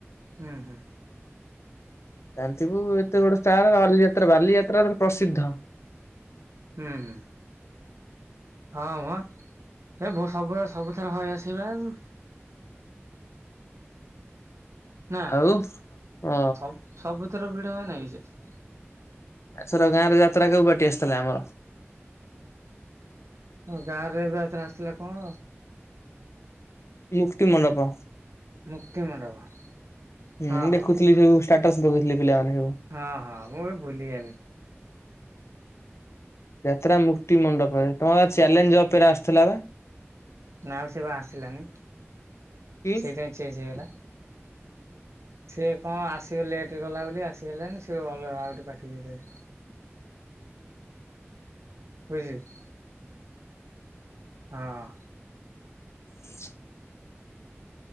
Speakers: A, on the right (about 85°); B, on the left (about 75°).
A: ହୁଁ ହୁଁ।
B: ଜାଣିଥିବୁ ଏତେ ବୋଡ ଷ୍ଟାର ବାଲିଯାତ୍ରା ବାଲିଯାତ୍ରା ତ ପ୍ରସିଦ୍ଧ।
A: ହୁଁ ହୁଁ। ହଁ ମୋ ଏ ବୋ ସବୁବେ ସବୁଥର ହୋଇ ଆସିବା ଆଉ। ନା
B: ଆଉ ଅ
A: ସବ ସବୁ ଭିଡ ହୁଏ ନାହିଁ ସେଠି।
B: ଏଥର ଗାଁ ରେ ଯାତ୍ରା କେଉ ପାର୍ଟି ଆସିଥିଲା ଆମର?
A: ଆଉ ଗାଁ ରେ ଏବେ ଏଥର ଆସିଥିଲା କଣ।
B: ମୁକ୍ତି ମଣ୍ଡପ।
A: ମୁକ୍ତିମଣ୍ଡପ
B: ହୁଁ
A: ହଁ।
B: ଦେଖୁଥିଲି ସବୁ ଷ୍ଟାଟସ ପଖେଇଥିଲେ ପିଲାମାନେ ସବୁ।
A: ହଁ ହଁ ମୁଁ ବି ଭୁଲିଗଲି।
B: ଯାତ୍ରା ମୁକ୍ତି ମଣ୍ଡପରେ ତମର ଚ୍ୟାଲେଞ୍ଜ ଅପେରା ଆସୁଥିଲା ବା।
A: ନା ଆଉ ସେ ବା ଆସିଲାନି
B: କି?
A: ସେଇଥିାଇଁ ଚେଞ୍ଜ ହେଇଗଲା। ସେ କଣ ଆସିବା ଲେଟ କଲା ବୋଲି ଆସିହେଲାନି ସେ ଅଲଗା ଆଉ ଗୋଟେ ପାର୍ଟି ଦେଇଦେଲେ। ବୁଝିଲେ? ହଁ।
B: <inaudible>